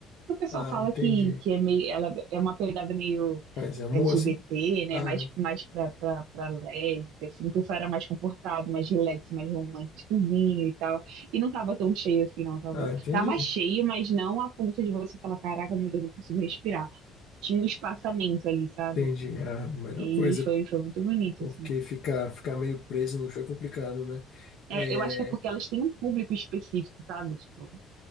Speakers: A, on the right; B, on the left.
A: O pessoal
B: Ah,
A: fala
B: entendi.
A: que, que é meio, ela é uma pegada meio
B: Mas amor
A: LGBT,
B: assim?
A: né?
B: Ah,
A: Mais, mais pra, pra, pra lésbica, assim. O pessoal era mais comportado, mais relax, mais românticozinho e tal. E não tava tão cheio assim, não. Tava,
B: ah, entendi.
A: tava cheio, mas não a ponto de você falar, caraca, meu Deus, não consigo respirar. Tinha um espaçamento ali, sabe?
B: Entendi. É A melhor
A: E
B: coisa,
A: foi, foi muito bonito,
B: porque
A: assim.
B: ficar ficar meio preso no show é complicado, né?
A: É,
B: É,
A: eu acho que é porque elas têm um público específico, sabe? Tipo,